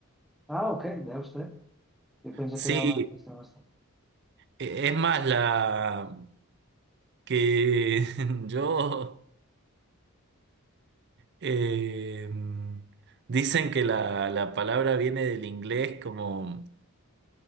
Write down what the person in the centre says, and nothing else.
Ah, ok, vea usted. Yo pensé
que era una cuestión más.